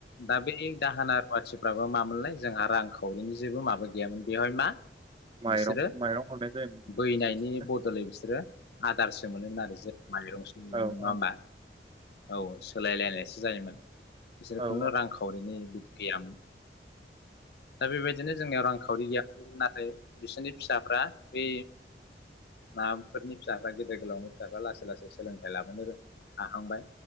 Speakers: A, on the left; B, on the right.
A: दा बे दाहोना रुवाथिफ्राबा मामोनलाय जोंहा रांखावरिनि जेबो माबा गैयामोन, बेवहाय मा
B: माइरं
A: बिसोरो
B: माइरं हरनाय जायोमोन जोङो
A: बैनायनि
B: बिसोरनो
A: बदलै बिसोरो आदारसो मोनोमोन आरो जों माइरंसो मोनोमोन।
B: औ
A: नङा
B: औ
A: होमबा? औ सोलायलाय नायसो जायोमोन। बिसोर
B: औ
A: खुनु रांखावरिनि बिदि गैयामोन दा बेबायदिनो जोंनियाव रांखावरि गैयाम नाथाय बिसोरनि फिसाफ्रा बै माबाफोरनि फिसाफ्रा गेदेर गोलावनि फिसाफ्रा लासै लासै सोलोंथाइ लाबोनो रों हाहांबाय,